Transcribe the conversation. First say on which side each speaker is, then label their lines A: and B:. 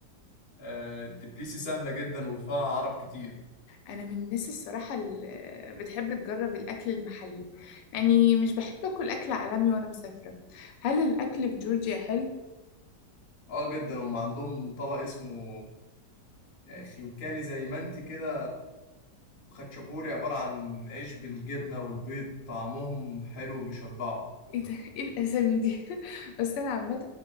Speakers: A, on the left; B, on the left.
A: آه، تبليسي سهلة جدا وفيها عرب كتير
B: انا من الناس الصراحه اللي بتحب تجرب الاكل المحلي يعني مش بحب اكل اكل عالمي وانا مسافره هل الاكل في جورجيا حلو
A: اه جدا هم عندهم طبق اسمه آه، خنكالي زي ما انت كده وخاتشابوري عبارة عن عيش بالجبنة والبيض طعمهم حلو بيشبعوا
B: ايه ده ايه الاسامي دي <laughs> بس انا عامه